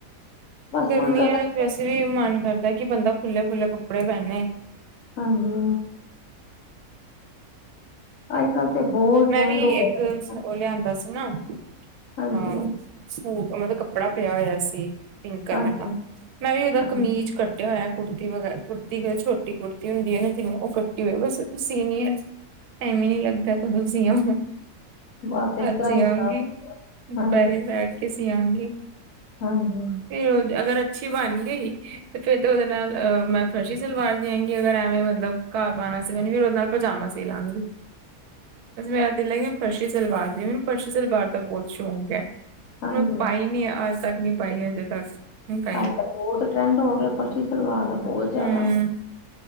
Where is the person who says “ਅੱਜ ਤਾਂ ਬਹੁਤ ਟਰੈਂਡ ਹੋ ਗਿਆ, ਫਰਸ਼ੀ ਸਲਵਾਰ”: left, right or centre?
Left